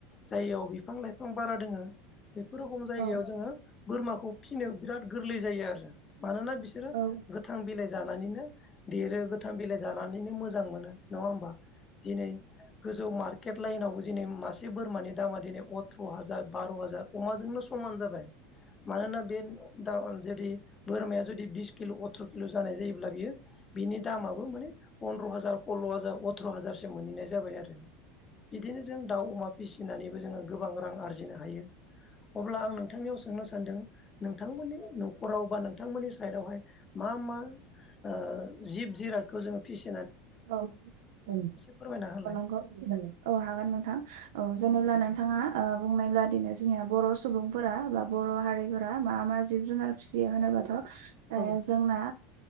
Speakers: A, on the left; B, on the right.
A: जायगायाव बिफां लाइफां बारा दोङो बेफोर रखम जायगायाव
B: औ
A: जोङो बोरमाखौ फिसिनो बिराद गोरलै जायो आरो । मानोना बिसोरो
B: औ नंगौ औ
A: गोथां बिलाइ जानानैनो देरो गोथां बिलाइ जानानैनो मोजां मोनो नङा होमबा? दिनै गोजौ मार्केट लाइनावबो दिनै मासे बोरमानि दामा दिनै अथ्र' हाजार बार' हाजार अमाजोंनो समान जाबाय । मानोना बे दा जुदि बोरमाया जुदि बिस किल' अथ्र' किल' जानाय जायोब्ला बियो बिनि दामाबो माने पन्द्र' हाजार खल्ल' हाजार अथ्र' हाजारसो मोनहैनाय जाबाय आरो । बिदिनो जों दाउ अमा फिसिनानैबो जोङो गोबां रां आरजिनो हायो । अब्ला आं नोंथांनियाव सोंनो सानदों नोंथांमोननि न'खराव बा नोंथांमोननि साइडआवहाय मा - मा ओ जिब जिरादखौ जोङो फिसि
B: औ -
A: फोरमायना होलाय
B: औ नंगौ औ हागोन नोंथां । औ जेनेब्ला नोंथाङा ओ बुंनायब्लादिनो जोंनिया बर' सुबुंफोरा बा बर' हारिफोरा मा मा जिब जुनार फिसियो होनोबा।
A: औ
B: जोंना